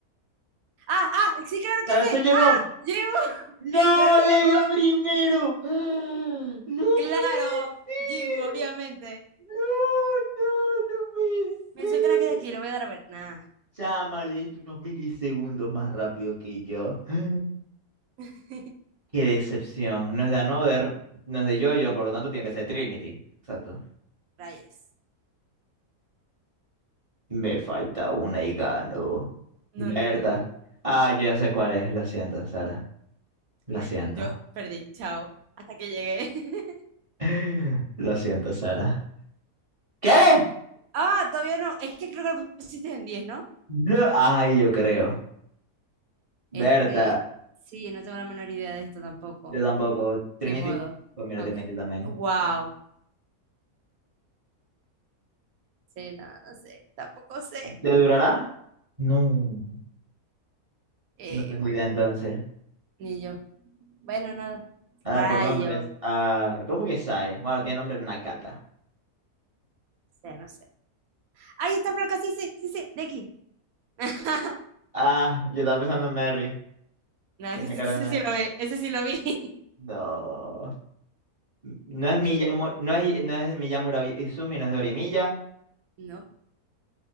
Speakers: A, on the right (about 70°); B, on the right (about 25°).
A: Ah, ah, sí, claro
B: ¡Ah,
A: que sé.
B: ¡Es un Jaewon!
A: Ah, Jimbo.
B: ¡No!
A: <laughs> Yo, Jim.
B: ¡Le dio primero! <gasps> ¡Ah! ¡No
A: Claro,
B: puede ser!
A: Jimbo, obviamente.
B: ¡No, no, no puede
A: me suena
B: ser!
A: que es de aquí, lo voy a dar a ver. Nah,
B: Chama, le diste unos milisegundos más rápido que yo. <gasps> ¡Ah!
A: <laughs>
B: ¡Qué decepción! No es de Another, no es de Jojo, por lo tanto tiene que ser Trinity. Exacto.
A: rayes.
B: Me falta una y gano.
A: No,
B: ¿Verdad?
A: no, no, no.
B: Ah, yo ya sé cuál es. Lo siento, Sara. Lo
A: Rayo.
B: siento.
A: Yo perdí, chao. Hasta que llegué. <laughs>
B: <laughs> Lo siento, Sara. ¿Qué?
A: Pip. Ah, todavía no. Es que creo que lo pusiste en 10, ¿no?
B: No- Ay, yo creo. ¿Verdad?
A: Este, sí, no tengo la menor idea de esto tampoco.
B: Yo tampoco. ¿Trinity?
A: Ni modo.
B: Pues mira,
A: Ok.
B: Trinity también.
A: Wow. Sí, no, no sé, tampoco sé.
B: ¿Te durará? No.
A: Eh,
B: No tengo idea entonces.
A: ni yo. Bueno, nada.
B: Ah,
A: Rayo.
B: por nombres. Ah, ¿cómo que Sae? Bueno, tiene nombre Nakata.
A: Sé, no sé. ¡Ay, está flaca! Sí, sí, sí, sí, de aquí. <laughs>
B: Ah, yo estaba pensando en Mary.
A: Nada,
B: Tenía
A: que ese,
B: cara
A: ese
B: de Mary.
A: sí lo ve, ese sí lo vi. <laughs>
B: No. No es Miyamu,
A: Eh, de aquí.
B: no es, no es Miyamura Izumi, no es Dorimiya.
A: No,